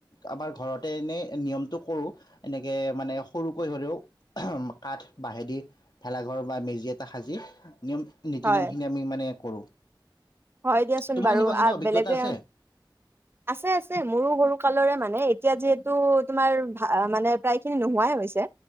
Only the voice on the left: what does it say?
আমাৰ ঘৰতে এনেই নিয়মটো কৰোঁ এনেকে মানে সৰুকৈ হলেও কাঠ বাঁহেদি ভেলাঘৰ বা মেজি এটা সাজি নিয়ম নীতি
নিয়মখিনি আমি মানে কৰোঁ
তোমাৰ
এনেকুৱা কিবা
অভিজ্ঞতা
আছে